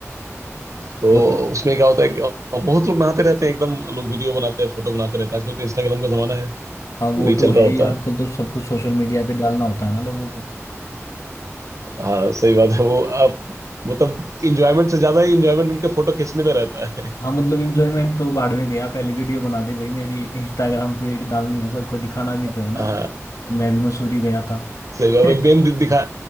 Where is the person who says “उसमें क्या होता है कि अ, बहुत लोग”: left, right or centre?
Right